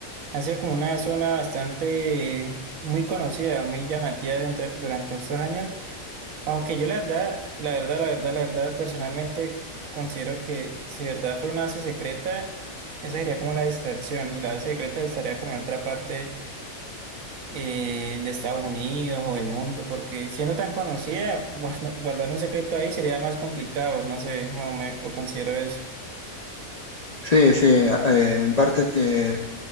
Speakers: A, on the right; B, on the left.
A: ha sido como una zona bastante eh, muy conocida, muy llamativa durante, durante estos años. Aunque yo la verdad, la verdad, la verdad, la verdad, personalmente considero que si de verdad fuera una base secreta, esa sería como la distracción y la base secreta estaría como en otra parte eh, de Estados Unidos o del mundo, porque siendo tan conocida, <laughs> guarda- guardar un secreto ahí sería más complicado, no sé, como me, o considero eso.
B: Sí, sí, eh, en parte te-